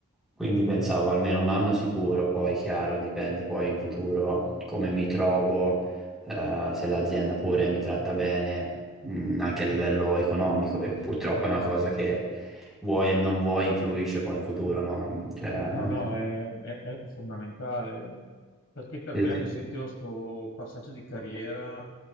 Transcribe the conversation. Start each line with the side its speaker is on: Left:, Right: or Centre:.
Centre: quindi pensavo almeno un anno sicuro, poi chiaro, dipende poi in futuro come mi trovo eh, se l'azienda pure mi tratta bene, mh, anche a livello economico, che purtroppo è una cosa che vuoi e non vuoi influisce poi in futuro, no? Cioè,
Left: No, no, è, è- è fondamentale, perché per
Centre: sì,
Left: me,
Centre: sì.
Left: ad esempio, sto passaggio di carriera